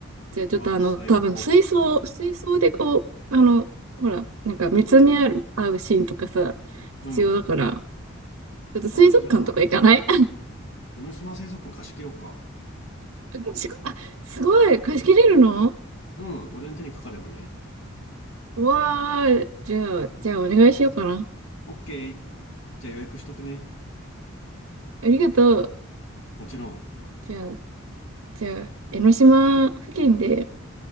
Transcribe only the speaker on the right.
じゃあちょっとあの、
多分水槽、水槽でこう、あの、ほら、なんか見つめ合う、合うシーンとかさ、必要だから、
ちょっと水族館とか行かない
すご <laughs> あ、すごい、貸し切れるの
うわー、じゃあ、じゃあお願いしようかな。
ありがとう。
じゃあ、じゃあ、江ノ島付近で